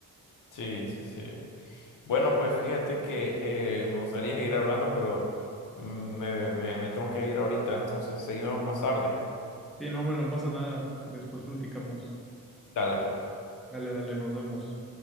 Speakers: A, on the left (about 70°); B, in the centre.
A: Sí, sí, sí. Bueno, pues fíjate que eh, me gustaría seguir hablando, pero mm, me, me, me tengo que ir ahorita, entonces seguimos más tarde.
B: Sí, no, hombre, no pasa nada. Después platicamos.
A: Dale, pues.
B: Dale, dale, nos vemos.